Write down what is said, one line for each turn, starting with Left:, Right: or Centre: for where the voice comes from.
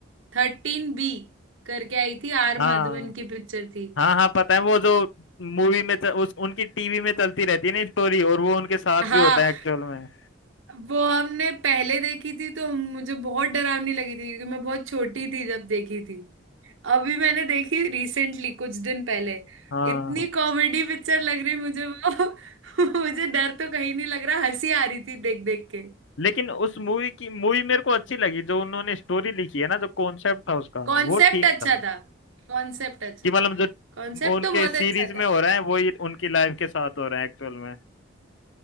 Right: थर्टीन बी करके आई थी आर
Left: हाँ
Right: माधवन की पिक्चर थी
Left: हाँ हाँ पता है वो जो मूवी में च, उस उनकी टीवी में चलती रहती है ना स्टोरी और वो उनके साथ
Right: हाँ
Left: भी होता है एक्चुअल में
Right: वो हमने पहले देखी थी तो हम- मुझे बहुत डरावनी लगी थी क्योंकि मैं बहुत छोटी थी जब देखी थी। अभी मैंने देखी रिसेंटली कुछ दिन पहले
Left: हाँ
Right: इतनी कॉमेडी पिक्चर लग रही मुझे वो <laughs> मुझे डर तो कहीं नहीं लग रहा हंसी आ रही थी देख देख के
Left: लेकिन उस मूवी की मूवी मेरे को अच्छी लगी जो उन्होंने स्टोरी लिखी है ना जो कॉन्सेप्ट था उसका
Right: कॉन्सेप्ट
Left: वो ठीक
Right: अच्छा
Left: था
Right: था कॉन्सेप्ट अच्छा
Left: कि मतलब
Right: था
Left: जो
Right: कॉन्सेप्ट
Left: उनके
Right: तो बहुत
Left: सीरीज
Right: अच्छा
Left: में
Right: था
Left: हो रहा है वही उनकी लाइफ के साथ हो रहा है एक्चुअल में